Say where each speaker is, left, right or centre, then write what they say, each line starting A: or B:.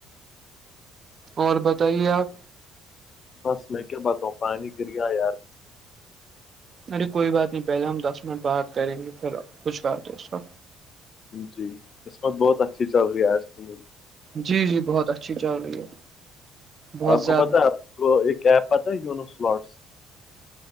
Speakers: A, on the right; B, on the left.
A: اور بتائیے آپ
B: بس میں کیا بتاؤں پانی گر گیا یار
A: ارے کوئی بات نہیں پہلے ہم دس منٹ بات کریں گے پھر کچھ بات ہے اس کا
B: جی قسمت بہت اچھی چل رہی ہے آج کی میری
A: جی جی بہت اچھی چل رہی ہے بہت
B: آپ
A: زیادہ
B: کو پتہ ہے آپ کو ایک ایپ پتا ہے یونو سلاٹس